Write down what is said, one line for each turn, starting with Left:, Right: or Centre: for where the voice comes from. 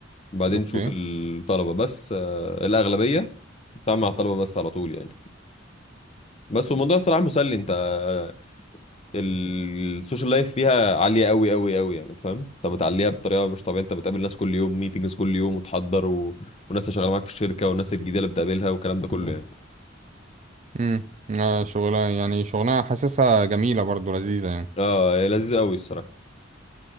Left: بعدين
Right: اوكي
Left: تشوف الطلبه بس آه، الاغلبيه بتتعامل مع الطلبه بس على طول يعني بس والموضوع الصراحه مسلي انت آه، السوشيال لايف فيها عاليه قوي قوي قوي يعني انت فاهم انت بتعليها بطريقه مش طبيعيه انت بتقابل ناس كل يوم ميتنجز كل يوم وتحضر و... والناس اللي شغاله معاك في الشركه والناس الجديده اللي بتقابلها والكلام ده كله يعني
Right: امم آه شغلها يعني شغلها حاسسها جميلة برضو لذيذة يعني
Left: اه لذيذ قوي الصراحه